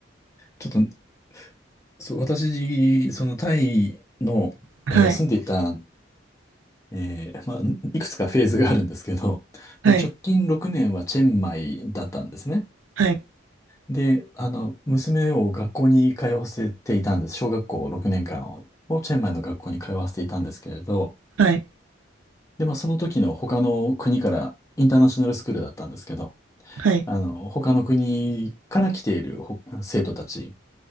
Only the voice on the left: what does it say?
ちょっと、そう、私、そのタイの、
えー住んでいた、えーまあ、いくつかフェーズがあるんですけど、
まあ、直近6年はチェンマイだったんですね。
で、あの、娘を学校に通わせていたんです。小学校6年間を、チェンマイの学校に通わせていたんですけれど、
で、まあ、その時の他の国から、インターナショナルスクールだったんですけど、
あの、他の国から来ているほ生徒たち